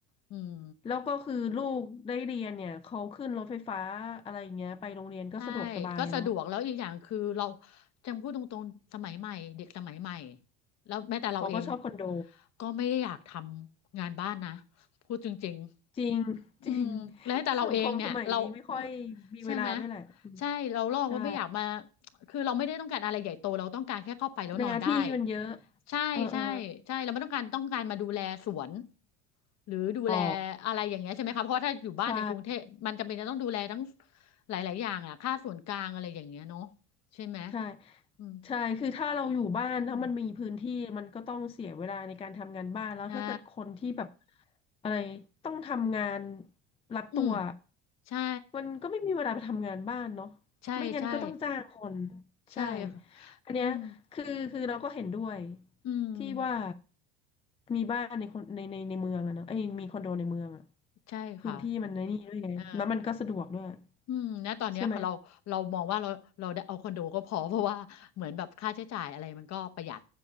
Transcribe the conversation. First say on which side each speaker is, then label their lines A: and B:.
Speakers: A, on the left; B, on the left.
A: อืม
B: แล้วก็คือลูกได้เรียนเนี่ยเขาขึ้นรถไฟฟ้าอะไรอย่างเงี้ยไปโรงเรียนก็สะดวกสบายเนาะ
A: ใช่ก็สะดวกแล้วอีกอย่างคือเราจำพูดตรงๆสมัยใหม่เด็กสมัยใหม่แล้วแม้แต่เราเอง
B: เขาก็ชอบคอนโด
A: ก็ไม่ได้อยากทำงานบ้านนะพูดจริง
B: จริง <laughs>
A: อืมแล้วแต่เราเองเนี่ยเราเอ่อ
B: จริงสังคมสมัยนี้ไม่ค่อยมีเวลาด้วยแหละอืม
A: ใช่ไหมใช่เราลอกว่าไม่อยากมา
B: ใช่
A: คือเราไม่ได้ต้องการอะไรใหญ่โตเราต้องการแค่เข้าไปแล้วนอนได้
B: หน้าที่มันเยอะ
A: ใช่ใช่ใช่เราไม่ต้องการต้องการมาดูแลสวน
B: เออเออ
A: หรือดูแล
B: อ๋อ
A: อะไรอย่างเงี้ยใช่ไหมคะเพราะว่าถ้าอยู่บ้านในกรุงเทพมันจำเป็นจะต้องดูแลทั้ง
B: ใช่
A: หลายๆอย่างอ่ะค่าส่วนกลางอะไรอย่างเงี้ยเนาะใช่ไหม
B: ใช่
A: อืม
B: ใช่คือถ้าเราอยู่บ้านถ้ามันมีพื้นที่มันก็ต้องเสียเวลาในการทำงานบ้านแล้วถ้าเกิดคนที่แบบ
A: อืมใช่
B: อะไรต้องทำงานรัดตัว
A: อืมใช่
B: มันก็ไม่มีเวลาไปทำงานบ้านเนาะ
A: ใช่ใช่
B: ไม่งั้นก็ต้องจ้างคน
A: ใช่ค่ะ
B: ใช่อันเนี้ยคือคือเราก็เห็นด้วย
A: อืมอืม
B: ที่ว่ามีบ้านในคนในในในเมืองอะเนอะเอ้ยมีคอนโดในเมืองอะ
A: ใช่ค่ะ
B: พื้นที่มันในนี่ด้วยไงแล้วมันก็สะดวกด้วย
A: เอออืมณตอนเนี้ยเราเรามองว่าเราเราได้เอาคอนโดก็พอ
B: ใช่ไหม
A: <laughs> เพราะว่าเหมือนแบบค่าใช้จ่ายอะไรมันก็ประหยัด